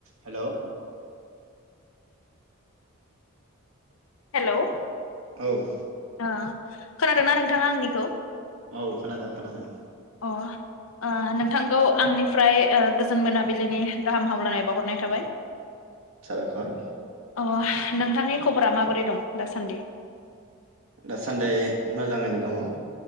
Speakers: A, on the right; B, on the left.
A: Hello
B: hello
A: औ।
B: ओ खोनादोंना नोंथाङा आंनिखौ?
A: औ खोनादों खोनादों।
B: अ ओ नोंथांखौ आंनिफ्राय गोजोन मोनाबिलिनि गाहाम हामलायनाय बावहरनाय थाबाय।
A: साबायखर।
B: अ नोंथांनि खबरा माबोर रै दं दासान्दि?
A: दासान्दि मोजाङैनो दङ।